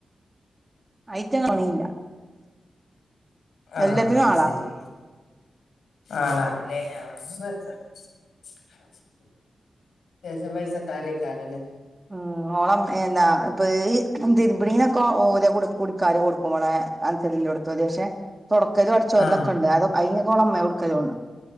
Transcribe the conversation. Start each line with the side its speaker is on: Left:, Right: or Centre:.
Right: <unintelligible>
Left: ആ
Right: എല്ലത്തിനും ആളാ
Left: സരി ആണാണല്ലേ ആ <unintelligible>
Right: ഉം ഓളം എന്താ പേര് തിരുബ്ണ്ണീനൊക്കെ ഓല കുടിക്കാര് കൊടുക്കും ഓളെ അൻസ ക്ഷെ തൊടക്കലും അടിച്ച് വാരലൊക്കെ
Left: ആഹ്
Right: ണ്ടോ അയ്നൊക്കെ ഓളെ ഇമ്മോകോട്ക്കല് ഓണ്